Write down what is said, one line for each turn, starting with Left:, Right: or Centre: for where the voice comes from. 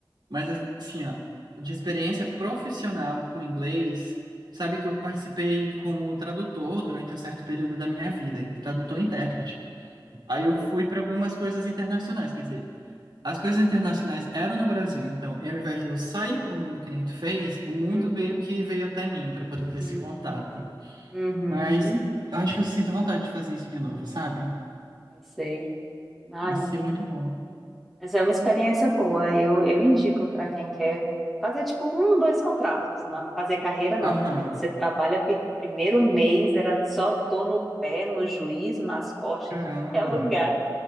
Right: Mas assim, ó, de experiência profissional com inglês, sabe que eu participei como tradutor durante um certo período da minha vida, em- tradutor e intérprete. Aí eu fui para algumas coisas internacionais, quer dizer, as coisas internacionais eram no Brasil, então, e ao invés de eu sair para o mundo que nem tu fez, o mundo
Centre: Uhum,
Right: meio que veio até mim para poder ter
Centre: uhum,
Right: esse contato.
Centre: uhum,
Right: Mas eu acho que eu sinto vontade de fazer isso de novo, sabe?
Centre: eu sei. Ai,
Right: Vai
Centre: meu
Right: ser
Centre: amigo.
Right: muito bom.
Centre: Mas é uma experiência boa. Eu, eu indico para quem quer fazer tipo um, dois contratos, não fazer carreira não,
Right: Aham.
Centre: porque você trabalha feito o primeiro mês, era só dor no pé, no juízo, nas costas,
Right: Caramba,
Centre: em tudo que é lugar.